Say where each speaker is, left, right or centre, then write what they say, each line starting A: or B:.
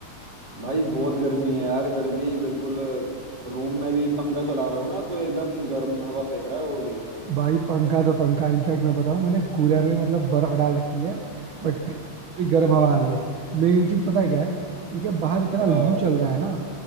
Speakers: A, on the right; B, on the right.
A: भाई बहुत गर्मी है यार इधर भी बिल्कुल रूम में भी पंखा चला रहा हूँ ना तो एकदम गर्म हवा फेंक रहा है वो भी <laughs>
B: भाई पंखा तो पंखा इनफैक्ट मैं बताऊँ मैंने कूलर में मतलब बर्फ डाल रखी है बट फिर भी गर्म हवा आ रही है मेन चीज पता है क्या है क्योंकि अब बाहर इतना
A: हाँ
B: लू चल रहा है ना